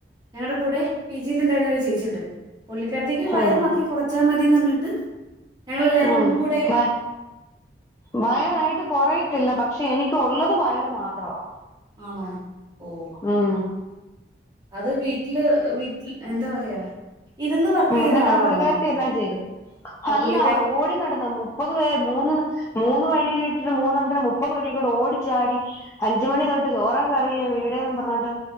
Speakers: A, on the right (about 25°); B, on the left (about 15°).
A: ഞങ്ങടെ കൂടെ പി ജി യിൽ ണ്ടായിരുന്നാ ഒര് ചേച്ചിയുണ്ട് പുള്ളിക്കാരിത്തിക്ക് വയറ്
B: ഉം
A: മാത്ര കൊറച്ചാ മതിന്ന് പറഞ്ഞിട്ട് ഞങ്ങളെല്ലാരും
B: ഉം
A: കൂടെ
B: വ വയറായിട്ട് കൊറയത്തില്ലാ പക്ഷേ എനിക്ക് ഒള്ളത് വയറ് മാത്രവാ
A: ആണോ ഓ
B: ഉം
A: അത് വീ വീട്ടില് വീട്ടി എന്താ പറയാ ഇരുന്ന് വർക്ക്
B: ആ
A: ചെയ്യുന്ന
B: എന്നിട്ട്
A: ആളാണോ
B: ആ പുള്ളിക്കാരിത്തി എന്നാ ചെയ്തു
A: ആ
B: അല്ലാ
A: പുള്ളിക്കാരി
B: ഓടി നടന്ന് മുപ്പത് പേര് മൂന്ന് മൂന്ന് വഴിയിലിട്ടിട്ട് മൂന്നെണ്ണത്തിന് മുപ്പത് വഴി കൂടെ ഓടിച്ചാടി അഞ്ച്മണി തൊട്ട് ചോറ കറിയും വീടെന്ന് പറഞ്ഞോട്ട്